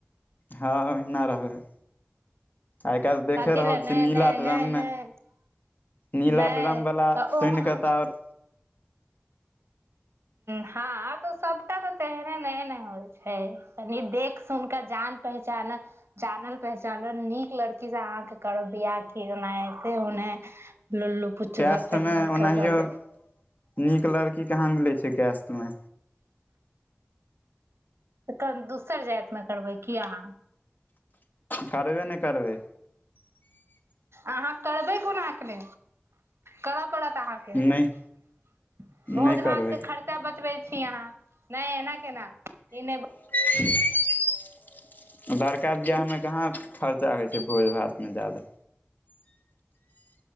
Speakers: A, on the left (about 45°); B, on the right (about 85°).
A: हँ ओहिना रहबै आइ कालहि देखे
B: कथी
A: रहल
B: लए
A: छिये
B: नहि
A: नीला
B: नहि
A: ड्राम
B: नहि
A: मे
B: नहि
A: नीला
B: नहि
A: ड्रम वाला
B: तऽ
A: सुनिक
B: ओहो
A: तऽ आऔर
B: हँ तऽ सबटा तऽ तेहने नहि ने नय होइ छै कनि देख सुन कऽ जान पहचानक जानल पहचानल नीक लड़की से अहाँ कऽ करब बियाह कना हऐते हने लोल्लू पुचछु
A: कैशतमे
B: सबसँ ढूँढ
A: ओनाहियो
B: कऽ ला दे
A: नीक लड़की कहाँ मिलै छै कैश्त में
B: तऽ दोसर जाइत मऽ करबै की अहाँ?
A: करबे नय करबय
B: अहाँ करबै कोना केने? करऽ पड़त अहाँके।
A: नहि
B: भोज-भात
A: नहि करबै
B: कऽ खर्चा खर्चा बचबै छी अहाँ। नहि एना केना ई नहि
A: <unintelligible> लड़का बियाह मऽ कहाँ खर्चा होइ छै भोज-भात मे जादा